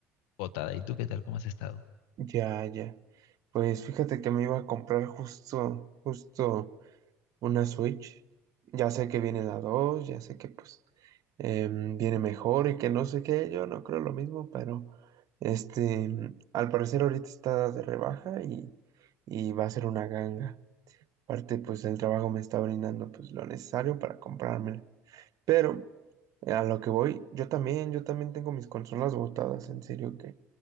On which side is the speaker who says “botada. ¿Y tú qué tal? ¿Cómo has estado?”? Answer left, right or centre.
Left